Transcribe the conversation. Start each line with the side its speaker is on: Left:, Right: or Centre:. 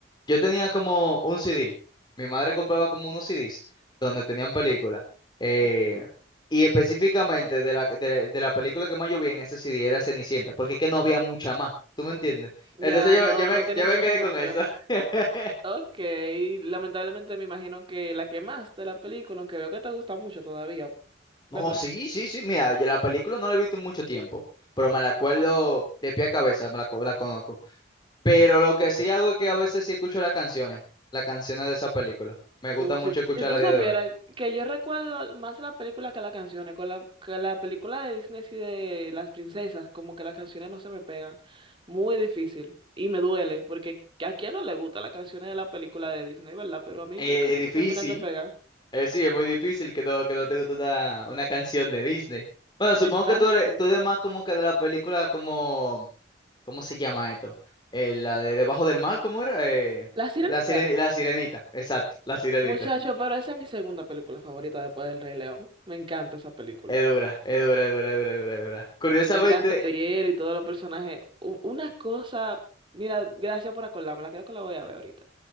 Left: yo tenía como un CD. Mi madre compraba como unos CDs donde tenían películas. Eh,
Right: Ok.
Left: y específicamente de la, de, de la película que más yo vi en ese CD era Cenicienta, porque es que no había mucha más, ¿tú me entiendes?
Right: Ya
Left: Entonces yo,
Right: no,
Left: yo me,
Right: no tenías
Left: yo me
Right: muchas
Left: quedé
Right: opciones.
Left: con eso. <laughs>
Right: Ok, lamentablemente me imagino que la quemaste la película, aunque veo que te gusta mucho todavía, ¿verdad?
Left: No, sí, sí, sí. Mira, yo la película no la he visto en mucho tiempo, pero me la acuerdo de pie a cabeza, me la, co- la conozco. Pero lo que sí hago es que a veces sí escucho las canciones, las canciones de esa película. Me gusta
Right: Uf,
Left: mucho
Right: si,
Left: escuchar
Right: si tú
Left: a
Right: supieras
Left: día de hoy.
Right: que yo recuerdo más la película que las canciones, con la, que la película de Disney y de las princesas, como que las canciones no se me pegan, muy difícil y me duele, porque a quién no le gusta las canciones de la película de Disney, ¿verdad? Pero a mí
Left: Eh,
Right: nunca
Left: es
Right: se
Left: difícil,
Right: me terminan de pegar.
Left: eh, sí, es muy difícil que no, que no te guste una, una canción de Disney. Bueno, supongo
Right: Exacto.
Left: que tú eres, tú eres más como que de la película como, ¿cómo se llama esto? Eh, la de Debajo del Mar, ¿cómo era? Eh,
Right: La Sirenita,
Left: la Siren- la Sirenita, exacto, la Sirenita.
Right: muchacho, pero esa es mi segunda película favorita después del Rey León, me encanta esa película.
Left: Es dura, es dura, es dura, es dura, es dura, es dura. Curiosamente,
Right: Me encanta Ariel y todos los personajes. U- Una cosa, mira, gracias por acordármela, creo que la voy a ver ahorita.